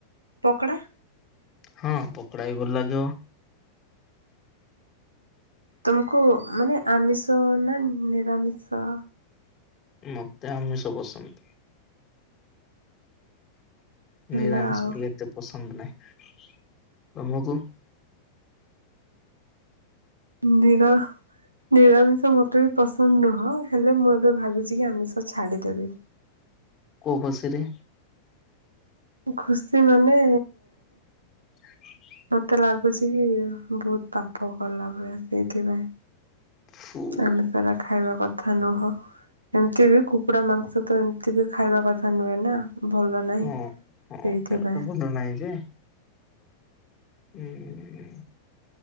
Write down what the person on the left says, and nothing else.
ହଁ ପକୋଡା ବି ଭଲ ଲାଗିବ।
ମତେ ଆମିଷ <unintelligible> ବସନ୍ଦ।
ନିରାମିଷ
ଟିଏ ଏତେ ପସନ୍ଦ ନାହିଁ। ତମକୁ?
କୋଉ ଖସି ରେ?
<inaudible>
ଫୁ
ହଁ
ହଁ <unintelligible> ଯେ ହୁଁଁ